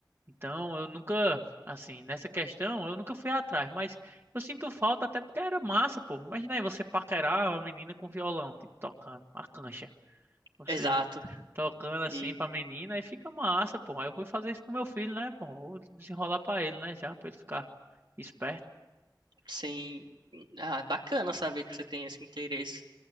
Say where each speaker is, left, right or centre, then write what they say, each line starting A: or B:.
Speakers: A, on the right; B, on the right.
A: Então, eu nunca, assim, nessa questão, eu nunca fui atrás. Mas eu sinto falta até porque era massa, pô. Imagina aí você paquerar uma menina com violão, tipo, tocando a cancha. Você
B: exato.
A: tocando assim
B: E
A: pra menina, aí fica massa, pô. Aí eu vou fazer isso pro meu filho, né, pô? Vou desenrolar pra ele, né, já, pra ele ficar esperto.
B: Sim. Ah, é bacana saber que você tem esse interesse.